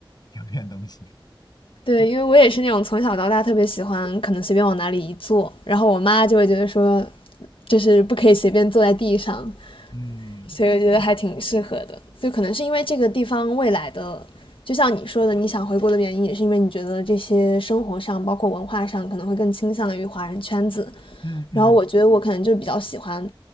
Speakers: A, on the left; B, on the left.
A: 有点东西。
B: 对，因为我也是那种从小到大特别喜欢，可能随便往哪里一坐，然后我妈就会觉得说，就是不可以随便坐在地上，
A: 嗯，
B: 所以我觉得还挺适合的。就可能是因为这个地方未来的，就像你说的，你想回国的原因，也是因为你觉得这些生活上，包括文化上，可能会更倾向于华人圈子。
A: 嗯嗯，
B: 然后我觉得我可能就比较喜欢